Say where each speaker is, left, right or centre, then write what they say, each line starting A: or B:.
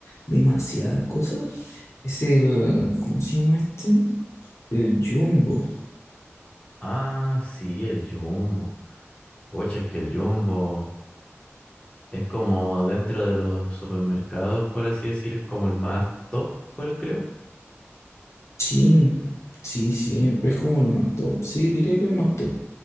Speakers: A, on the left; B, on the left.
A: demasiadas cosas, es el, ¿cómo se llama este? El Jumbo.
B: Ah, sí, el Jumbo. Oye, es que el Jumbo es como dentro de los supermercados, por así decir, es como el más top, por creo.
A: Sí, sí, sí, pero es como el más top. Sí, diría que el más top.